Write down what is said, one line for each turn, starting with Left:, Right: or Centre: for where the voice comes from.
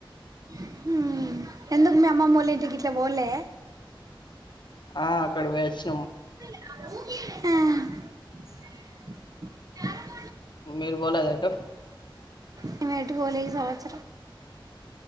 Right: హమ్ ఎందుకు మీ అమ్మమ్మ వాల్ల ఇంటికి గట్లా పోలే
Left: ఆ అక్కడికి పోయి వచ్చినం
Right: ఆ
Left: మీరు బోలేద ఏటు
Right: మేము ఎటూ పోలే ఈ సంవత్సరం